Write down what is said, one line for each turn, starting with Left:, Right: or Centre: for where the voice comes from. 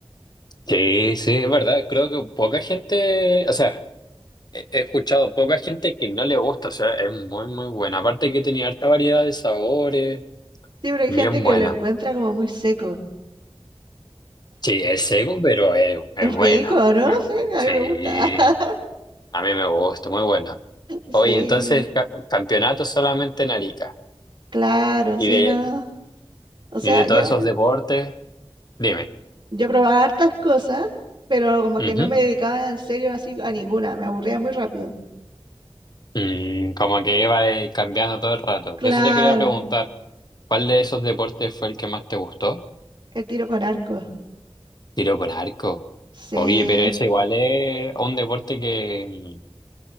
Left: Sí, sí, es verdad. Creo que poca gente, o sea, he he escuchado poca gente que no le gusta, o sea, es muy, muy buena. Aparte que tenía harta variedad de sabores,
Right: Sí, pero hay
Left: bien
Right: gente que
Left: buena.
Right: lo encuentra como muy seco.
Left: Sí, es seco, pero es, es
Right: Es
Left: bueno.
Right: rico, ¿no?
Left: Es bueno.
Right: Sí, a
Left: Sí,
Right: mí me gusta. <laughs>
Left: a mí me gusta, muy bueno.
Right: Sí,
Left: Oye, entonces, ca- campeonato solamente en Arica.
Right: claro,
Left: Y
Right: sí,
Left: de,
Right: no. O sea,
Left: y de
Right: yo
Left: todos esos deportes, dime.
Right: Yo probaba hartas cosas, pero como
Left: Ujú.
Right: que no me dedicaba en serio así a ninguna, me aburría muy rápido.
Left: Mm, como que iba eh, cambiando todo el rato.
Right: Claro,
Left: Eso te quería preguntar. ¿Cuál de esos deportes fue el que más te gustó?
Right: el tiro con arco.
Left: Tiro con arco.
Right: Sí.
Left: Oye, pero ese igual es un deporte que,